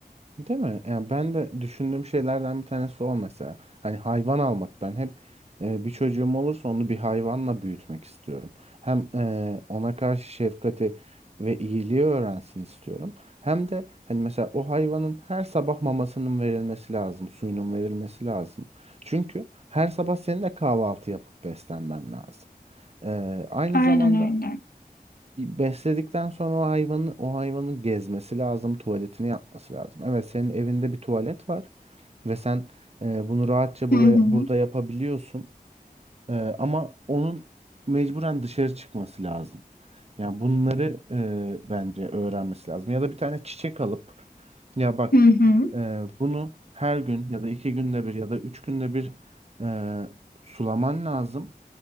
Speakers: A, on the right; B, on the left.
A: Değil mi? Yani ben de düşündüğüm şeylerden bir tanesi o mesela. Hani hayvan almak ben hep e, bir çocuğum olursa onu bir hayvanla büyütmek istiyorum. Hem e, ona karşı şefkati ve iyiliği öğrensin istiyorum. Hem de hani mesela o hayvanın her sabah mamasının verilmesi lazım, suyunun verilmesi lazım. Çünkü her sabah senin de kahvaltı yapıp beslenmen lazım. E, aynı
B: Aynen
A: zamanda
B: öyle.
A: Besledikten sonra o hayvanı o hayvanın gezmesi lazım, tuvaletini yapması lazım. Evet, senin evinde bir tuvalet var ve sen e, bunu rahatça buraya
B: Hı hı.
A: burada yapabiliyorsun. E, ama onun mecburen dışarı çıkması lazım. Yani bunları e, bence öğrenmesi lazım. Ya da bir tane çiçek alıp ya bak
B: Hı hı.
A: Hı. e, bunu her gün ya da iki günde bir ya da üç günde bir e, sulaman lazım